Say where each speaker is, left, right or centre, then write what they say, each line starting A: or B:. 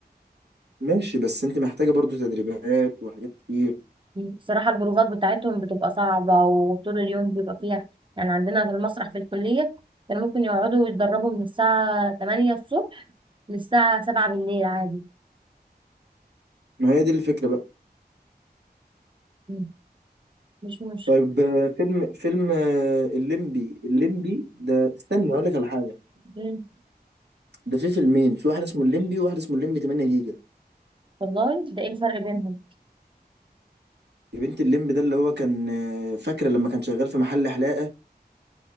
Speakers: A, on the right; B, on the right.
A: ماشي بس انت محتاجه برضو تدريبات وحاجات كتير
B: بصراحة البروفات بتاعتهم بتبقى صعبة وطول اليوم بيبقى فيها يعني عندنا في المسرح في الكلية كانوا ممكن يقعدوا يتدربوا من الساعة 8 الصبح للساعة 7 بالليل عادي
A: ما هي دي الفكره بقى
B: مم. مش مشكلة
A: طيب آه، فيلم فيلم آه، الليمبي الليمبي ده استني اقول لك على حاجه
B: مم.
A: ده في فيلمين في واحد اسمه الليمبي وواحد اسمه الليمبي 8 جيجا
B: والله ده ايه الفرق بينهم
A: يا بنت الليمبي ده اللي هو كان آه، فاكره لما كان شغال في محل حلاقه